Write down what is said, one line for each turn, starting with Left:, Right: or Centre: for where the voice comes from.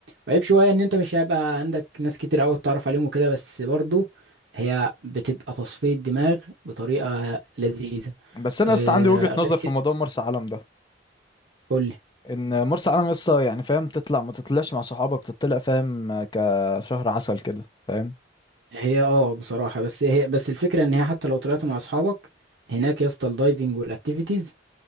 Right: وعيب شوية ان انت مش هيبقى عندك ناس كتير قوي تتعرف عليهم وكده بس برضو هي بتبقى تصفية دماغ بطريقة لذيذة
Left: بس انا
Right: آه
Left: يا اسطى عندي وجهة نظر
Right: غير
Left: في
Right: كده
Left: موضوع مرسى علم ده
Right: قولي
Left: ان مرسى علم يا اسطى يعني فاهم تطلع ما تطلعش مع صحابك تطلع فاهم كشهر عسل كده فاهم
Right: هي اه بصراحة بس هي بس الفكرة ان هي حتى لو طلعت مع اصحابك هناك يا اسطى الدايفنج والاكتيفيتيز